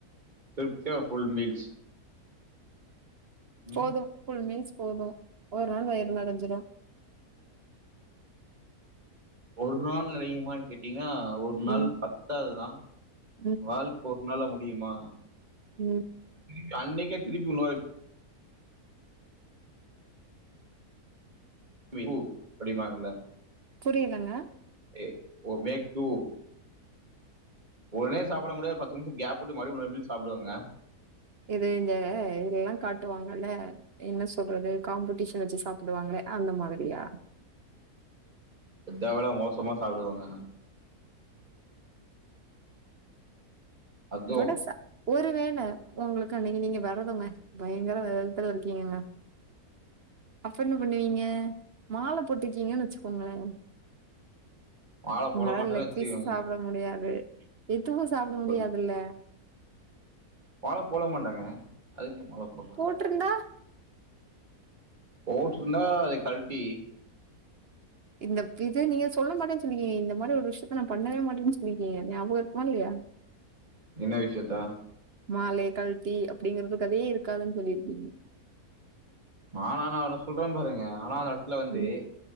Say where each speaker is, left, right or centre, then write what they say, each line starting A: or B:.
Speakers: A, on the right; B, on the right.
A: திருப்தியா ஃபுல் மீல்ஸ் ம்
B: போது ஃபுல் மீல்ஸ் போது ஒரு நாள் வயிறு நெரஞ்சிரு
A: ஒரு நாள் நெரையுமான் கேட்டீங்கனா ஒரு நாள்
B: ம்
A: பத்தாதுதா
B: ம்
A: வாழ்க் ஒரு நாள்ல முடியுமா
B: ம்
A: திருப்பி அன்னைக்கே திருப்பி இன்னொரு வெய் உ அப்டிம்ப்பாங்கல்ல
B: புரியலங்க
A: எ ஒமேக் டூ ஒடனே சாப்புட முடியாது பத்து நிம்ஷ கேப் வுட்டு மறுபடி மறுபடி சாப்புடுவாங்க
B: எது இந்த இங்கெல்லா காட்டுவாங்கல்ல என்ன சொல்றது காம்படீஷன் வெச்சு சாப்புடுவாங்களே அந்த மாதிரியா
A: அத விட மோசமா சாப்புடுவாங்க அதுவும்
B: துடஸா ஒரு வேள உங்களுக்கு அன்னைக்கு நீங்க வெரதங்க பயங்கர வெரதத்துல இருக்கீங்கங்க அப்ப என்ன பண்ணுவீங்க மால போட்ருக்கீங்கன் வெச்சுக்கோங்களே
A: மால
B: உங்களால
A: போட மாட்டேன்னு
B: லெக்
A: வச்சுக்கோங்க
B: பீஸு சாப்ட முடியாது எதுவு சாப்ட முடியாதுல்ல
A: ஒரு மால போட மாட்டங்க அதுக்கு ஏ மால போடுற
B: போட்ருந்தா
A: போட்ருந்தா அதை கழ்ட்டி
B: இந்த இது நீங்க சொல்ல மாட்டேன் சொன்னீங்க இந்த மாரி ஒரு விஷ்யத்த நா பண்ணவே மாட்டேன்னு சொல்லிருக்கீங்க ஞாபக இருக்குமா இல்லயா
A: என்ன விஷ்யத்த
B: மாலைய கழ்ட்டி அப்டிங்கிறது கதையே இருக்காதுன் சொல்லிருக்கீங்க
A: ஆனா நா அவ்ளோ சொல்ற பாருங்க ஆனா அந்த எடத்துல வந்து
B: ம்